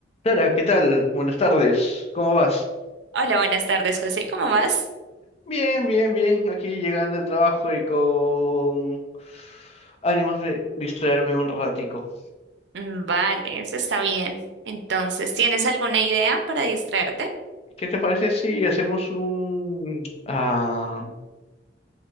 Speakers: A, on the left; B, on the right.
A: Sara, ¿qué tal? Buenas tardes, ¿cómo vas?
B: Hola, buenas tardes, José. ¿Cómo vas?
A: Bien, bien, bien, aquí llegando del trabajo y con ánimos de distraerme un ratico.
B: Mm, Vale, eso está bien. Entonces, ¿tienes alguna idea para distraerte?
A: ¿Qué te parece si hacemos un, ah,